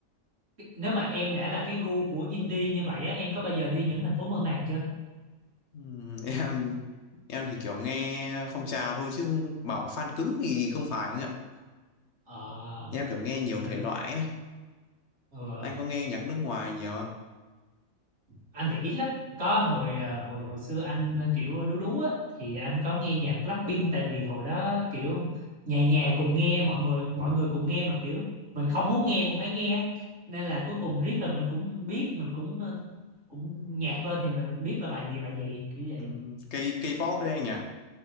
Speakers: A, on the right; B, on the left.
A: nếu mà em đã là cái gu của indie như vậy á em có bao giờ đi những thành phố mơ màng chưa
B: Ừm, em em thì kiểu nghe phong trào thôi chứ không bảo fan cứng thì không phải anh ạ
A: ờ,
B: em kiểu nghe nhiều
A: thực,
B: thể loại ấy.
A: ừ.
B: anh có nghe nhạc nước ngoài nhiều không
A: anh thì ít lắm có hồi ờ, hồi hồi xưa anh ờ, kiểu đú đú á thì anh có nghe nhạc Blackpink tại vì hồi đó kiểu nhà nhà cùng nghe mọi người mọi người cùng nghe mà kiểu mình không muốn nghe cũng phải nghe nên là cuối cùng riết là mình cũng biết mình cũng ờ, cũng nhạc lên thì mình biết là bài gì bài gì kiểu vậy
B: Ừm, K K-pop đấy anh nhỉ